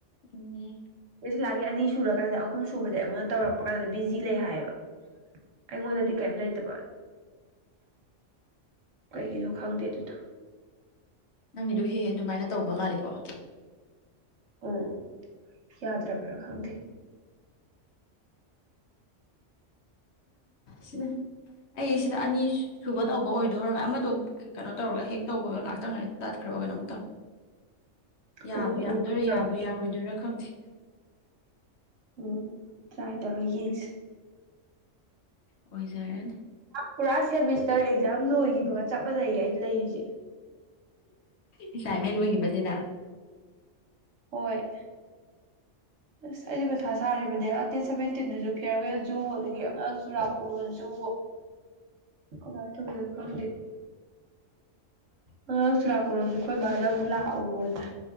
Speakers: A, on the left (about 65°); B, on the right (about 80°).
A: ꯏꯅꯦ
B: ꯀꯁꯤꯂꯥꯒꯤ ꯑꯅꯤ ꯁꯨꯔ ꯀꯥꯟꯗ ꯑꯍꯨꯝ ꯁꯨꯕꯁꯦ ꯑꯩꯉꯣꯟꯗ ꯇꯧꯔꯛꯄ ꯀꯥꯟꯗ ꯕꯤꯖꯤ ꯂꯩ ꯍꯥꯏꯌꯦꯕ ꯑꯩꯉꯣꯟꯗꯗꯤ ꯀꯩꯝ ꯂꯩꯇꯕ ꯀꯥꯏꯒꯤꯁꯨꯕꯨ ꯈꯥꯎꯗ ꯑꯗꯨ
A: ꯅꯪꯒꯤꯗꯨ ꯍꯦꯦ ꯑꯗꯨꯃꯥꯏꯅ ꯇꯧꯕ ꯃꯥꯜꯂꯤ ꯀ
B: ꯎꯝ ꯌꯥꯗ ꯔꯥꯔꯕꯔ ꯈꯥꯎꯗꯤ
A: ꯁꯤꯅꯦ ꯑꯩ ꯁꯤꯗ ꯑꯅꯤ ꯁꯨꯕ ꯇꯧꯕ ꯑꯣꯏꯅ ꯑꯗꯨ ꯑꯣꯏꯔꯒ ꯑꯃꯗꯣ ꯀꯩꯅꯣ ꯇꯧꯔꯒ ꯍꯦꯛ ꯇꯧꯕꯒ ꯉꯍꯥꯛꯇꯪ ꯉ ꯇꯠ ꯑ꯭ꯔꯕꯒꯅꯝꯇ ꯌꯥꯕꯨ
B: ꯎꯝ
A: ꯌꯥꯔꯗꯣꯏꯔꯥ
B: ꯑꯃꯨꯛ ꯍꯥꯏꯔꯛꯑꯣ?
A: ꯌꯥꯕꯨ ꯌꯥꯔꯣꯏꯗꯣꯏꯔꯥ ꯈꯪꯗꯦ <unintelligible>
B: ꯎꯝ ꯇ꯭ꯔꯥꯏ ꯇꯧꯔ ꯌꯦꯡꯁꯦ
A: ꯑꯣꯏꯖꯥꯔꯦꯟ
B: ꯀꯔꯥꯁ ꯁꯦꯃꯤꯁꯇꯔ ꯑꯦꯛꯖꯥꯝ ꯂꯣꯏꯈꯤꯕꯒ ꯆꯞꯄꯗꯒꯤ ꯑꯩ ꯂꯩꯔꯤꯁꯦ
A: ꯑꯦꯁꯥꯏꯟꯃꯦꯟ ꯂꯣꯏꯈꯤꯕꯁꯤꯗ
B: ꯍꯣꯏ ꯑꯁ ꯑꯩꯁꯦ ꯃꯊꯥ ꯁꯥꯔꯤꯕꯅꯦ ꯑꯥ ꯗꯦꯠ ꯁꯚꯦꯟꯇꯤꯟꯗꯨꯁꯨ ꯐꯤꯌꯥꯔꯋꯦꯜꯁꯨ ꯑꯗꯒꯤ ꯑꯉꯥꯡ ꯆꯨꯔꯥꯀꯣꯟꯁꯨ ꯀꯃꯥꯏꯅ ꯇꯧꯔꯤꯅ ꯈꯪꯗꯦ ꯑꯉꯥꯡ ꯆꯨꯔꯥꯀꯣꯟꯁꯨ ꯑꯩꯈꯣꯏ ꯃꯥꯅ ꯑꯃꯨꯛ ꯂꯥꯛꯑꯣꯅ